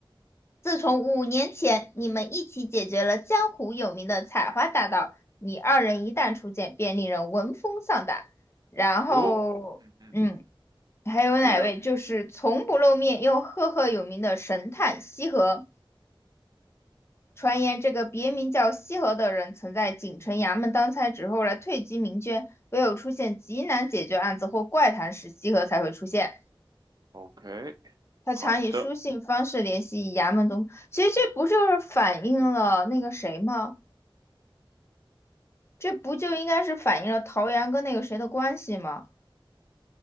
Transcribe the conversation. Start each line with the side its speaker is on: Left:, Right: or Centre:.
Left: 自从五年前你们一起解决了江湖有名的采花大盗，你二人一旦出现，便令人闻风丧胆。然后，
Right: 哦，嗯嗯，
Left: 嗯，还有哪位？
Right: 接着
Left: 就是从不露面又赫赫有名的神探西河。传言这个别名叫西河的人，曾在锦城衙门当差，之后来退居民间。唯有出现极难解决案子或怪谈时，西河才会出现。
Right: ，OK，
Left: 他常以书信方式联系衙门中，
Right: 好的。
Left: 其实这不就是反映了那个谁吗？这不就应该是反映了陶阳跟那个谁的关系吗？